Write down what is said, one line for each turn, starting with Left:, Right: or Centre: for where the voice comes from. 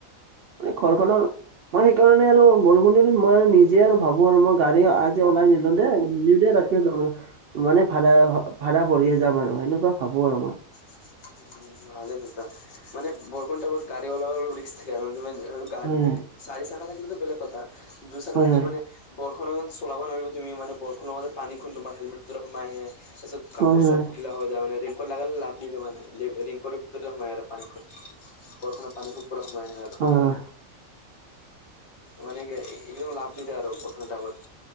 Right: মান ঘৰখনৰ মই সেইকাৰণে আৰু বৰষুণ মই আৰু নিজে আৰু ভাবো আৰু মই গাড়ী আজি ওলাই নিলো দে ধুনও দ দে মানে ভাড়া ভাড়া কৰিয়ে যাম আৰু সেনেকুৱা ভাবো আৰু মই।
Left: উম ভালে <unintelligible> মান বৰকণ্টা বৰত গা়ী লল ব্ৰ থ ম তুমি <unintelligible>
Right: হয়
Left: চাৰি থাকা থাকিলেতো বেলেগ কথা দুই চাকা
Right: হয়
Left: থাকিলে
Right: হয়
Left: মানে বৰষনৰত চলাব নোৱাৰিব তুমি মানে বৰষণ লগতে পানী খুন্দ তোমাৰ হেলমেট পতৰ সোমাই আহে তাৰিছত কাপোৰ
Right: হয় হয়
Left: চব গিলা হৈ যায় মানে। ৰিংককৰ ল লগালে লাভ নিদিয়ে মানে। ৰিংকৰৰ ভিতৰততে হয়য় আৰু পানীখন বৰষুত পানীখন পুৰা সোমাই নাই আৰু
Right: হয় হয়
Left: মানে কি একদম লাভ নিদিয় আৰু <unintelligible>